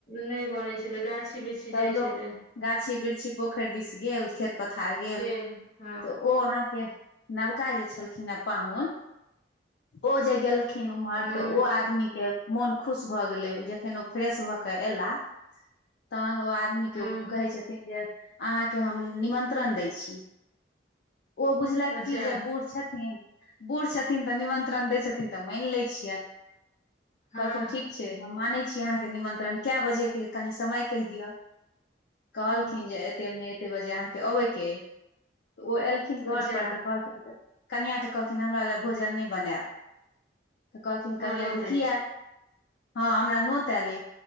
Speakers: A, on the left; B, on the left.
A: नै बनैै छलै गाछी -बिरछी
B: तब
A: जाइ
B: लोक
A: छलै।
B: गाछी- बिरछी पोखैर दिस गेल खेत पथार गेल।
A: हँ।
B: तऽ ओ अहाँके नवका जे छलखिन हे पाहुन ओ जे गेलखिन उमहर
A: हूँ
B: तऽ ओ आदमी के मोन खुश भऽ गेलै, जखन ओ फ्रेश भऽ क एला तहन ओ आदमी
A: हूं
B: के ओ कहै छथिन जे, अहाँके हम निमन्त्रण दै छी। ओ बुझलथि
A: अच्छा
B: कि जे बूढ़ छथिन बूढ़ छथिन तऽ निमन्त्रण दै छथिन तऽ माइन लै छियैन।
A: हँ
B: कहलखिन ठीक छै हम मानै छी अहाँके निमंत्रण केए बजे के कनि समय कैह दियअ, कहलखिन
A: हूं
B: जे एते नै एते बजे अहाँके अबै के अइ तऽ ओ एलखिन घर
A: अच्छा
B: पर तऽ कहलखिन कनियाके कहलखिन हमरा ले भोजन नै बनैब तऽ कहलखिन
A: हमरा
B: कनिया
A: नोत
B: जे
A: अछि
B: किया? हँ हमरा नोत आइल ऐ,,